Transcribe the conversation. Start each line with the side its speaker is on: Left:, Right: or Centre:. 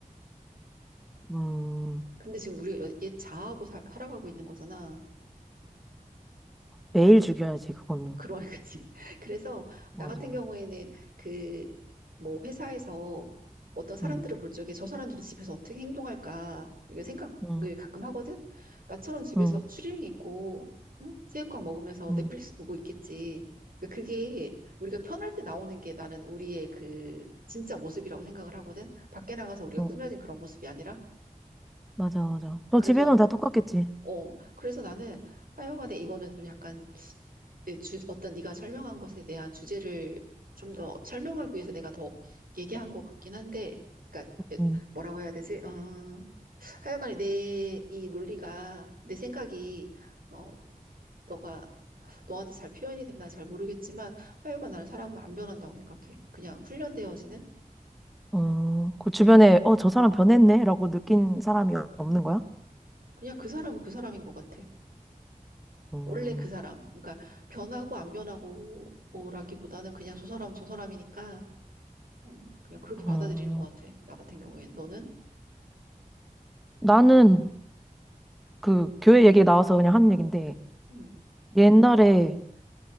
Centre: 음.
Right: 근데 지금 우리가 여- 옛 자아하고 살, 아가고 있는 거잖아.
Centre: 매일 죽여야지 그거는.
Right: 그런 <laughs> 거지. 그래서
Centre: 맞아.
Right: 나 같은 경우에는 그 뭐 회사에서 어떤 사람들을
Centre: 응,
Right: 볼 적에 저 사람들은 집에서 어떻게 행동할까 이런 생각을
Centre: 응,
Right: 가끔 하거든. 나처럼 집에서
Centre: 응,
Right: 추리닝 입고 응? 새우깡 먹으면서
Centre: 응,
Right: 넷플릭스 보고 있겠지. 그러니까 그게 우리가 편할 때 나오는 게 나는 우리의 그 진짜 모습이라고 생각을 하거든. 밖에 나가서 우리가
Centre: 응.
Right: 꾸며진 그런 모습이 아니라.
Centre: 맞아, 맞아. 너
Right: 그래서
Centre: 집에서는 다 똑같겠지.
Right: 어 그래서 나는 하여간에 이거는 좀 약간 예, 주, 어떤 네가 설명한 것에 대한 주제를 좀 더 설명하기 위해서 내가 더 얘기한 것 같긴 한데, 그러니까 예,
Centre: 응,
Right: 뭐라고 해야 되지? 음, 하여간에 내 이 논리가 내 생각이 어, 너가 너한테 잘 표현이 됐나 잘 모르겠지만 하여간 나는 사람은 안 변한다고 생각해. 그냥 훈련되어지는
Centre: 어, 그 주변에, 어, 저 사람 변했네? 라고 느낀 사람이 없는 거야?
Right: 그냥 그 사람은 그 사람인 것 같아.
Centre: 어,
Right: 원래 그 사람. 그러니까 변하고 안 변하고라기보다는 그냥 저 사람은 저 사람이니까 음, 그냥 그렇게 받아들이는
Centre: 어,
Right: 것 같아. 나 같은 경우엔 너는?
Centre: 나는 그 교회 얘기 나와서 그냥 하는 얘긴데,
Right: 음,
Centre: 옛날에